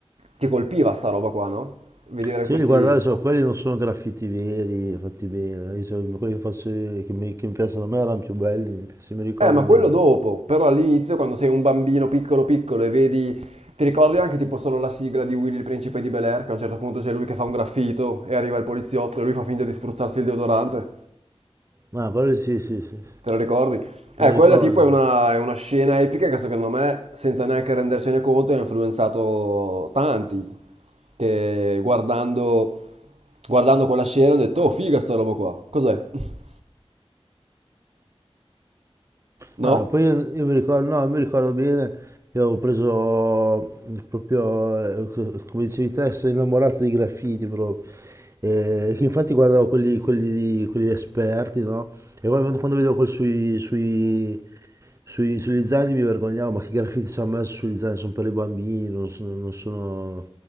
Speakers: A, on the right; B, on the right.
A: ti colpiva sta roba qua, no? Vedere
B: Se
A: questi...
B: io li guardavo, so, quelli non sono graffiti veri, fatti bene. Io so, quelli che, faccio io, che, mi, che mi piacciono a me erano più belli, se mi ricordo
A: Eh, ma quello
B: bene.
A: dopo, però all'inizio quando sei un bambino piccolo piccolo e vedi, ti ricordi anche tipo solo la sigla di Willy il principe di Bel-Air, che a un certo punto c'è lui che fa un graffito e arriva il poliziotto e lui fa finta di spruzzarsi il deodorante,
B: Ma quelli sì, sì, sì, sì.
A: te lo ricordi?
B: me
A: Eh,
B: lo ricordo.
A: quella tipo è una,
B: sì.
A: è una scena epica che secondo me, senza neanche rendercene conto, ha influenzato tanti, che guardando, guardando quella scena hanno detto, oh figa sta roba qua, cos'è? <laughs> No?
B: Ah, poi io, io mi ricordo, no, mi ricordo bene che avevo preso proprio, eh, co- come dicevi te, essere innamorato dei graffiti proprio. E che infatti guardavo quelli, quelli, quelli esperti, no? E poi quando vedevo quel sui, sui, sui- sugli zaini mi vergognavo, ma che graffiti ci hanno messo sugli zaini? Sono per i bambini, non sono, non sono-